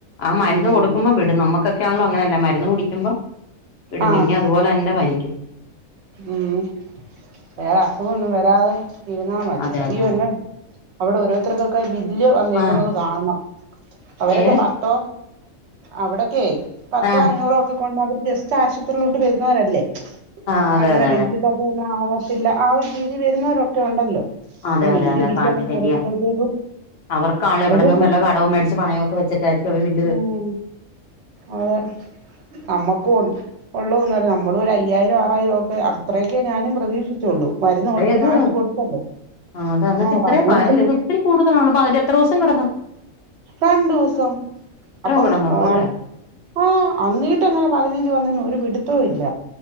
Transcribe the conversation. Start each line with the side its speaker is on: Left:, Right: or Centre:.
Left: ആ മരുന്ന്
Right: ഉം
Left: കൊടുക്കുമ്പം വിടും നമ്മക്കൊക്കെ ആണല്ലോ അങ്ങനെയല്ല മരുന്ന് കുടിക്കുമ്പോ വിടും
Right: ആഹ്
Left: പിന്നെ അതുപോലെ തന്നെ പനിക്കും
Right: ഉം വേറെ അസുഖം ഒന്നും വരാതെ ഇരുന്നാ മതി
Left: അതെ അതെ
Right: ഈ
Left: അതെ
Right: ഒന്നെ അവിടെ ഓരോരുത്തർക്കൊക്കെ ബില്ല് വന്നേക്കുന്നത്
Left: ആഹ്
Right: കാണണം അവരൊക്കെ
Left: ഏഹ്
Right: പത് പ അവിടക്കെ പത്തോ
Left: ആഹ്
Right: അഞ്ഞൂറോ ഒക്കെ <unintelligible> ജസ്റ്റ് ആശുപത്രിയിലോട്ട് വരുന്നവരല്ലേ
Left: ആഹ് അതെ
Right: അങ്ങനെ
Left: അതെ
Right: വല്
Left: അതെ
Right: <unintelligible> ആകത്തില്ല ആ ഒരു രീതി വരുന്നവരൊക്കെ ഉണ്ടല്ലോ
Left: അതെ
Right: അപ്പൊ
Left: അതെ
Right: വല്യ
Left: അതെ
Right: ബില്ലൊക്കെ
Left: പാ ശരിയാ
Right: കൊടുക്കുമ്പോഴത്തേക്കും
Left: അവർക്ക ആള് എവിടന്നും
Right: ഒരു
Left: വല്ല കടവും മേടിച്ച് പണയക്കെ വെച്ചിട്ട് <unintelligible>
Right: ഉം അതെ നമ്മകൊ ഉള്ളുന്നറി നമ്മളൊ ഒരു അയ്യായിരം ആറായിരം ഒക്കെ അത്രയൊക്കെ ഞാനും പ്രതീക്ഷിചൊള്ളൂ മരുന്ന് ഓൾറെഡി
Left: ഇത്
Right: വാങ്ങിച്ച് കൊടുത്തല്ലോ
Left: ആ അത അന്നി്
Right: ആഹ്
Left: ട്ട് ഇത്രയും
Right: പതിനഞ്ചൊക്കെ
Left: ഫയൽ ഇത് ഇത്തിരി കൂടുതലണോ <unintelligible> എത്ര ദോസം കിടന്നു
Right: രണ്ടോസം
Left: എത്രയോ
Right: അപ്പംഅ
Left: കിടന്നുള്ളൂ അല്ലേ
Right: ആഹ്‌ അന്നീട്ട് എങ്ങനെ പതിനഞ്ച് വന്നന്ന് ഒരു പിടുത്തോ ഇല്ല